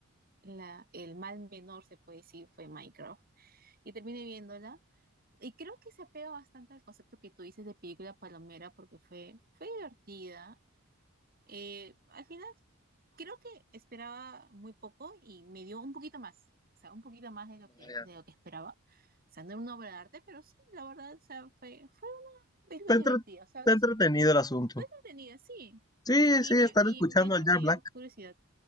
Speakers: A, on the right; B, on the left.
A: la, el mal menor, se puede decir, fue Minecraft. Y terminé viéndola. Y creo que se apega bastante al concepto que tú dices de película palomera porque fue, fue divertida. Eh, al final, creo que esperaba muy poco y me dio un poquito más, o sea, un poquito más de lo que,
B: Vaya,
A: de lo que esperaba. O sea, no era una obra de arte, pero sí, la verdad, o sea, fue, fue una película
B: Está,
A: divertida,
B: entre-
A: o sea,
B: está
A: sí,
B: entretenido el asunto.
A: entretenida, sí.
B: Sí,
A: Y,
B: sí,
A: me-
B: estar
A: y
B: escuchando
A: de hecho
B: al Jack
A: me dio
B: Black.
A: curiosidad.